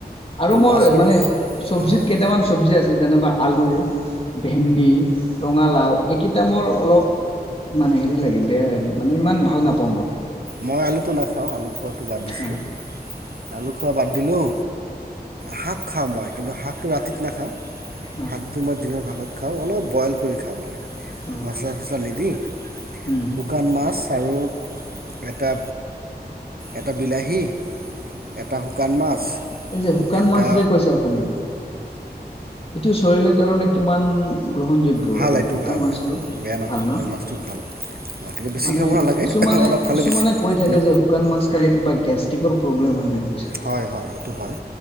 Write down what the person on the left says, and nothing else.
আৰু মোৰ
মানে
চব্জিত
কেইটামান চব্জি আছে যেনিবা আলু ভেণ্ডি ৰঙালাও এইকেইটা মোৰ অলপ মানে হেৰি লাগে বেয়া মানে ইমান ভাল নাপাওঁ মই।
অ
অ
অ
উম
এই যে শুকান
মাছ যে কৈছে আপুনি এইটো শৰীৰৰ কাৰণে কিমান গ্ৰহণযোগ্য
শুকান
মাছতটো
ভাল
ন
মানে
কিছুমানে,
কিছুমানে
কৈ থাকে
যে শুকান মাছ খালে কিবা। গেষ্ট্ৰিকৰ প্ৰব্লেম হয় বুলি কৈছে